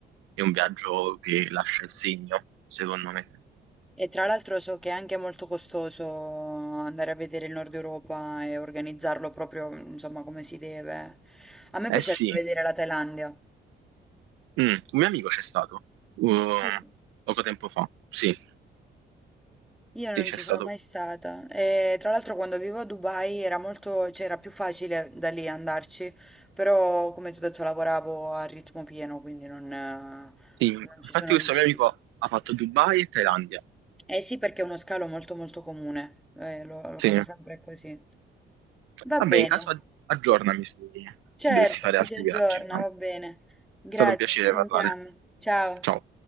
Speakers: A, on the right; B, in the centre.
A: è un viaggio che lascia il segno, secondo me.
B: E tra l'altro so che è anche molto costoso andare a vedere il Nord Europa e organizzarlo proprio, insomma, come si deve. A me
A: Eh
B: piacerebbe
A: sì,
B: vedere la Thailandia.
A: Mm, un mio amico c'è stato uh,
B: Sì.
A: poco tempo fa. Sì,
B: Io non
A: sì, c'è
B: ci
A: stato.
B: sono mai stata. E tra l'altro quando vivo a Dubai era molto, cioè era più facile da lì andarci, però come ti ho detto lavoravo a ritmo pieno, quindi non, eh,
A: Sì. Infatti,
B: non ci sono riusciti.
A: questo mio amico ha fatto Dubai e Thailandia.
B: Eh sì, perché è uno scalo molto molto comune, Eh, lo lo fanno
A: Sì.
B: sempre così. Va
A: Vabbè,
B: bene.
A: in caso ag- aggiornami su-
B: Certo,
A: se dovessi fare
B: ci
A: altri
B: si aggiorna,
A: viaggi. È
B: va bene. Grazie,
A: stato un piacere
B: ci sentiamo.
A: parlare.
B: Ciao.
A: Ciao.